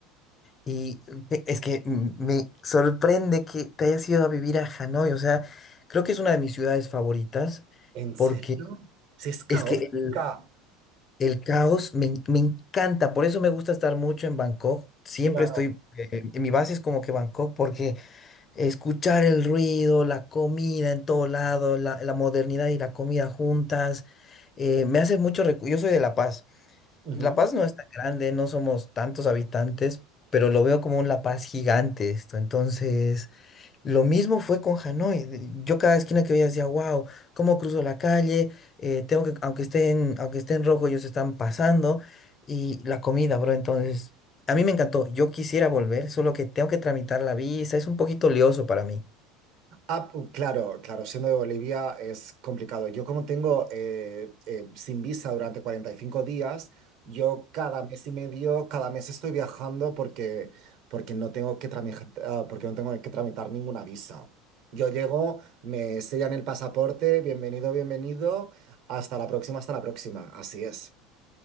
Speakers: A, on the left; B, on the right.
A: Y pe- es que mm, me sorprende que te hayas ido a vivir a Hanoi. O sea, creo que es una de mis ciudades favoritas
B: ¿En serio?
A: porque
B: Si es caótica.
A: es que el, el caos me, en- me encanta. Por eso me gusta estar mucho en Bangkok. Siempre
B: Claro.
A: estoy, eh, en mi base es como que Bangkok porque escuchar el ruido, la comida en todo lado, la, la modernidad y la comida juntas, eh, me hace mucho recu- Yo soy de La Paz.
B: Ujú.
A: La Paz no es tan grande, no somos tantos habitantes, pero lo veo como un La Paz gigante esto. Entonces, lo mismo fue con Hanoi. de- Yo cada esquina que veía decía, wow, ¿cómo cruzo la calle? Eh, tengo que, aunque estén, aunque esté en rojo, ellos están pasando. Y la comida, bro, entonces, a mí me encantó. Yo quisiera volver, solo que tengo que tramitar la visa. Es un poquito lioso para mí.
B: Ah, uh, claro, claro, siendo de Bolivia es complicado. Yo como tengo eh, eh, sin visa durante 45 días, yo cada mes y medio, cada mes estoy viajando porque, porque no tengo que tramitar, porque no tengo que tramitar ninguna visa. Yo llego, me sellan el pasaporte, bienvenido, bienvenido, hasta la próxima, hasta la próxima. Así es.